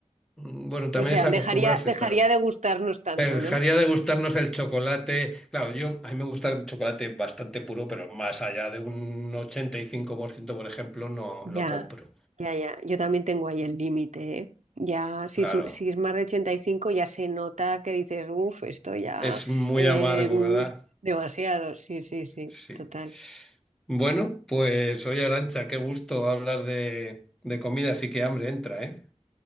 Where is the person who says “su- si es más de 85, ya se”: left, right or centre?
Right